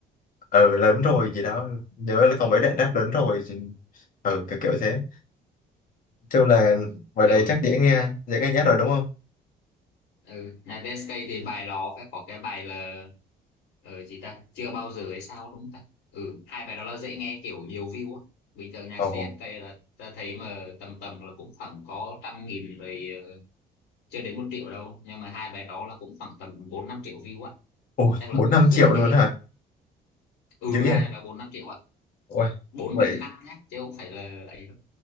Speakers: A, on the left; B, on the left.
A: ừ lớn rồi gì đó nhớ là còn mấy đoạn rap lớn rồi gì- ừ kiểu kiểu thế chung
B: ừ.
A: là bài
B: kiểu
A: đấy chắc dễ nghe dễ nghe nhất rồi đúng không
B: ừ nhà DSK thì bài nó phải có cái bài là ờ gì ta chưa bao giờ hay sao đúng không ta ừ hai bài đó là dễ nghe kiểu nhiều view á bình thường nhạc
A: ồ
B: CSK là ta thấy mà tầm tầm là cũng khoảng có trăm nghìn rồi ờ, chưa đến một triệu đâu nhưng mà hai bài đó là cũng khoảng tầm bốn năm triệu view á.
A: ồ
B: chắc là
A: bốn
B: cũng
A: năm
B: dễ
A: triệu
B: nghe
A: luôn hả
B: ừ
A: dữ vậy
B: hay là bốn năm triệu ạ
A: Ôi,
B: bốn
A: vậy
B: đến năm nhé chứ không phải là ấy đâu